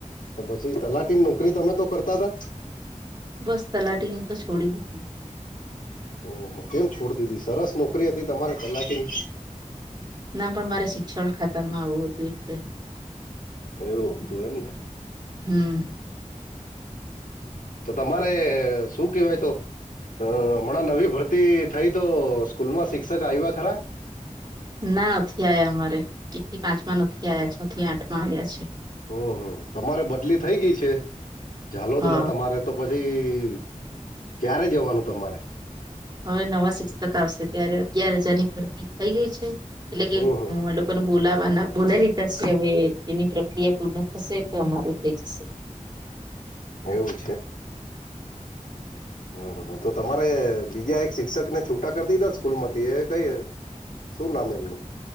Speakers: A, on the left (about 90°); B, on the right (about 30°).
A: તો પછી તલાટીની નોકરી તમે તો કરતા હતાા
B: બસ તલાટીની તો છોડી દીધી
A: ઓ કેમ છોડી દીધી સરસ નોકરી હતી તમારે તલાટીની
B: ના પણ મારે શિક્ષણ ખાતા માં આવું હતું એટલે
A: એવું તું એમ ને
B: હમ
A: તો તમારે શું કહેવાય તો હ હમણાં નવી ભરતી થઈ તો સ્કૂલ માં શિક્ષક આવ્યા ખરા?
B: ના નથી આયા અમારે એક થી પાંચમાં નથી આયા છ થી આઠ માં આવ્યા છે.
A: હમ હમ તમારે બદલી થઈ ગઈ છે ઝાલોદમાં
B: હા
A: તમારે તો પછી ક્યારે જવાનું તમારે?
B: હવે નવા શિક્ષક આવશે ત્યારે અગિયાર હજાર ની ભરતી થઈ ગઈ છે એટલે કે
A: હમ
B: હુ
A: હમ
B: બોલાવાના બોલાઈ લીધા છે, હવે એની પ્રક્રિયા પૂર્ણ થશે તો અમાર થઈ જશે
A: એવું હમ હ હ તો તમારે બીજા એક શિક્ષક ને છૂટા કરી દીધાને સ્કૂલ માંથી એ કઈ શું નામ એમનું?